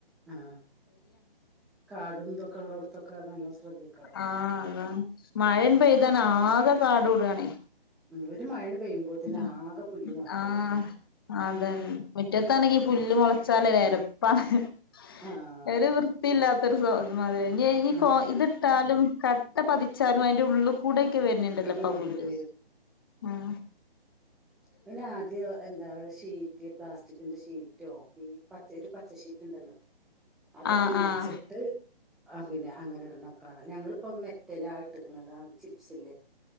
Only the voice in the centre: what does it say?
ആ കാടും ഇതൊക്കെ ഉള്ളോടത്തൊക്കെ നല്ലോ ശ്രദ്ധിക്കണം
ഉം
ഉം ഒരു മഴ പെയ്യുമ്പോത്തിന്
ആകെ പുല്ല് മുളക്കല്ലേ
ആഹ്
ആഹ്
അയിന്റെ ഉള്ളിൽ
കൂടി
പിന്നെ ആദ്യ എന്താ ഷീറ്റ് പ്ലാസ്റ്റിക്കിന്റെ ഷീറ്റ് റ്റോ ഉം പച്ച ഒരു പച്ച ശീറ്റ് ഇണ്ടല്ലോ അതൊക്കെ
വിരിച്ചിട്ട്
ആഹ് പിന്നെ അങ്ങനെ ഇടുന്നൊക്കാണ് ഞങ്ങളിപ്പ മെറ്റലാ ഇട്ട്ക്ക്ണത് അഹ് ചിപ്സലേ